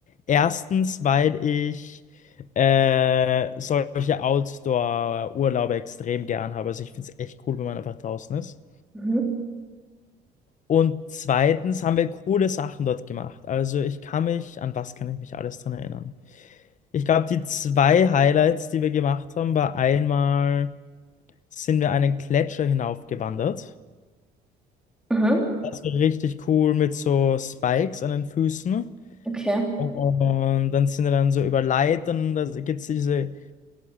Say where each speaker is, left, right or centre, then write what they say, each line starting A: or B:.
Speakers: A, on the left (about 50°); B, in the centre.
A: Erstens, weil ich äh, solche Outdoor-Urlaube extrem gern habe. Also ich finde es echt cool, wenn man einfach draußen ist.
B: Mhm.
A: Und zweitens haben wir coole Sachen dort gemacht. Also ich kann mich, an was kann ich mich alles dran erinnern? Ich glaube, die zwei Highlights, die wir gemacht haben, war einmal sind wir einen Gletscher hinaufgewandert.
B: Mhm.
A: Das war richtig cool mit so Spikes an den Füßen.
B: Okay.
A: Und dann sind wir dann so über Leitern und da gibt es diese